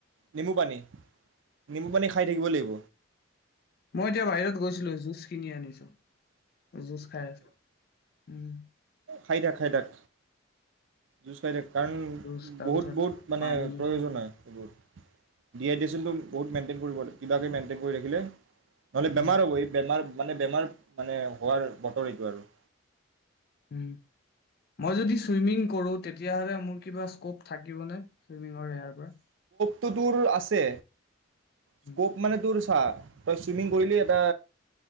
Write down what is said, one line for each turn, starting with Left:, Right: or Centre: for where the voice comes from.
Right: নেমু পানী নিমু পানী খাই থাকিব লাগিব।
Left: মই এতিয়া বাহিৰত গৈছিলোঁ জুচ কিনি আনিছোঁ। জুচ খাই আছো। উম
Right: খাই থাক, খাই থাক, জুচ খাই থাক। কাৰণ
Left: জুচ তাৰপিছত
Right: বহুত, বহুত মানে
Left: পানী,
Right: প্ৰয়োজন হয়, সেইবোৰ <unintelligible> একদম বহুত মেইনটেইন কৰিব লাগিব কিবাকে মেইনটেইন কৰি ৰাখিলে নহ'লে
Left: উম,
Right: বেমাৰ হ'ব, এই বেমাৰ মানে বেমাৰ, মানে হোৱাৰ বতৰ এইটো আৰু
Left: হম! মই যদি চুইমিং কৰো তেতিয়া হ'লে মোৰ কিবা স্কপ থাকিব নে চুইমিঙৰ <inaudible> পৰা?
Right: <inaudible> আছে। স্কপ
Left: উম,
Right: মানে তোৰ <unintelligible> তই চুইমিং কৰিলি এটা